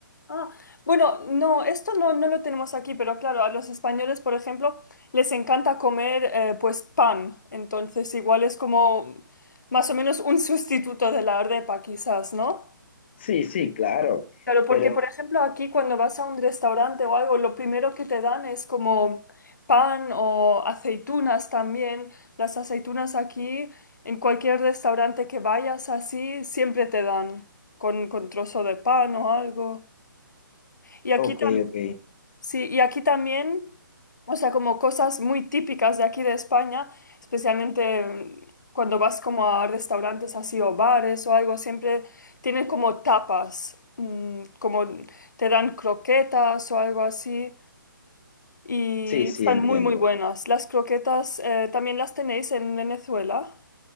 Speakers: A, on the left; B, on the left.
A: Ah, bueno, no, esto no, no lo tenemos aquí, pero claro, a los españoles, por ejemplo, les encanta comer eh, pues pan. Entonces, igual es como más o menos un sustituto de la arepa, quizás, ¿no?
B: Sí, sí, claro,
A: Claro, porque
B: pero
A: por ejemplo aquí cuando vas a un restaurante o algo, lo primero que te dan es como pan o aceitunas también. Las aceitunas aquí, en cualquier restaurante que vayas así, siempre te dan con, con trozo de pan o algo. Y aquí
B: ok, ok,
A: Sí, y aquí también, o sea, como cosas muy típicas de aquí de España, especialmente mm, cuando vas como a restaurantes así o bares o algo, siempre tienen como tapas, mm, como te dan croquetas o algo así, y
B: sí, sí,
A: están
B: entiendo.
A: muy, muy buenas. Las croquetas eh, también las tenéis en Venezuela.